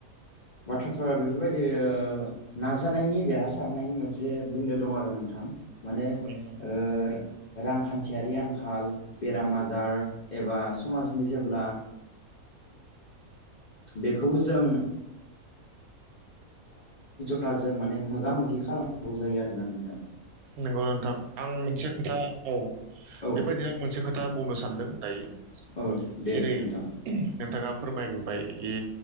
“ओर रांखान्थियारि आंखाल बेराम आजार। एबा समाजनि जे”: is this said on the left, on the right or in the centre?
Left